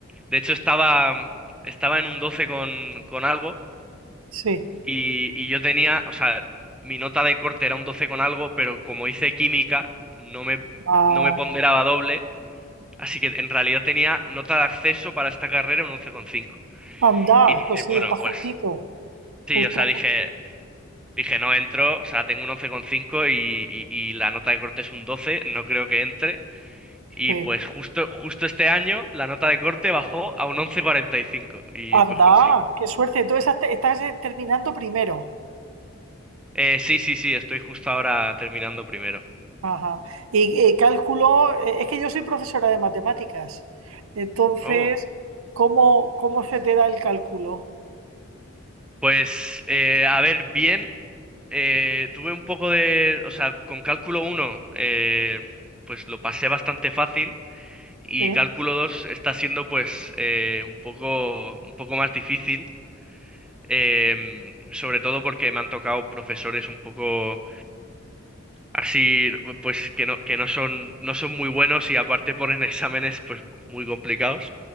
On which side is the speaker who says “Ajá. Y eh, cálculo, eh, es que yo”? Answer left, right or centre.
Right